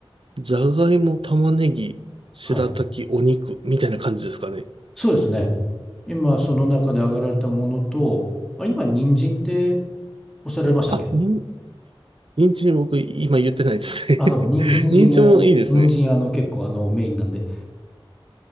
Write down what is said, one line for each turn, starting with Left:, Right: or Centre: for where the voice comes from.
Right: じゃがいも、玉ねぎ、白滝、
Centre: はい。
Right: お肉みたいな感じですかね。
Centre: そうですね。今、その中で挙げられたものと、あ、今、人参っておっしゃられましたっけ
Right: あ、に人参僕今言ってないですね
Centre: あ、そう、に人参も、
Right: <laughs> 人参もいいですね。
Centre: 人参あの結構あのメインなんで。